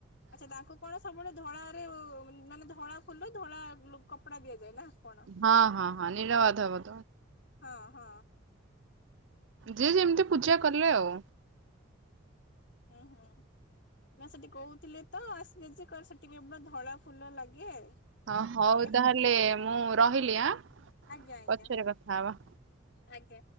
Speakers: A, on the left; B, on the right.
A: ଆଚ୍ଛା ତାଙ୍କୁ କଣ ସବୁବେଳେ ଧଳା ମାନେ ଧଳା ଫୁଲ, ଧଳା କପଡା ଦିଆଯାଏ ନା। କଣ?
B: ହଁ ହଁ ହଁ ନିଳ ମାଧବ।
A: ହଁ ହଁ।
B: ଯେ ଯେମତି ପୂଜା କଲେ ଆଉ।
A: ଉୁଁ ହୁଁ ନା ସେଠି କଉଥିଲେ ତ ଆସିଲେ ଯେ କର ସେଟି କେବଳ ଧଳା ଫୁଲ ଲାଗେ।
B: ହଁ ହଉ
A: ଆଉ
B: ତାହେଲେ ମୁଁ ରହିଲି ଆଁ
A: ଆଜ୍ଞା ଆଜ୍ଞା
B: ପଛରେ
A: ହଉ
B: କଥା ହବା।
A: ଆଜ୍ଞା।